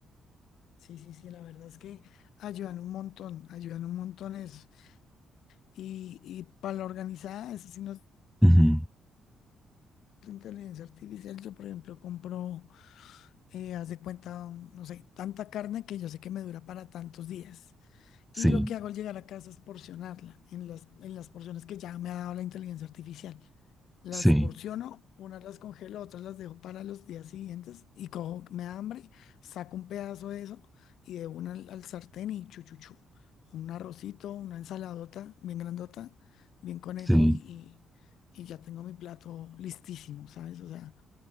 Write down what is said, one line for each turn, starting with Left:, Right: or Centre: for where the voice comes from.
Left: Sí, sí, sí. La verdad es que ayudan un montón. Ayudan un montón eso. Y, y para la organizada, eso sí no es
Centre: Ujú.
Left: inteligencia artificial. Yo, por ejemplo, compro, eh, haz de cuenta, no sé, tanta carne que yo sé que me dura para tantos días Y
Centre: Sí,
Left: lo que hago al llegar a casa es porcionarla en las, en las porciones que ya me ha dado la inteligencia artificial. Las
Centre: sí,
Left: porciono, unas las congelo, otras las dejo para los días siguientes y cojo, me da hambre, saco un pedazo de eso y de una al, al sartén y chuchuchu. Un arrocito, una ensaladota bien grandota, bien conejo
Centre: sí.
Left: y, y- y ya tengo mi plato listísimo, ¿sabes? O sea,